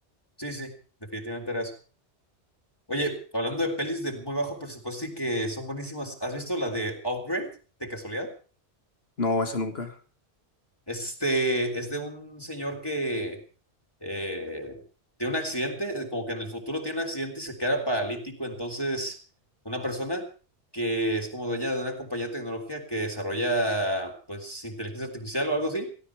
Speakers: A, on the left; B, on the left.
A: Sí, sí, definitivamente era eso. Oye, hablando de pelis de muy bajo presupuesto y que son buenísimas, ¿has visto la de Upgrade, de casualidad?
B: No, esa nunca.
A: Este, es de un señor que eh, tiene un accidente, eh, como que en el futuro tiene un accidente y se queda paralítico. Entonces, una persona que es como dueña de una compañía de tecnología que desarrolla, pues, inteligencia artificial o algo así,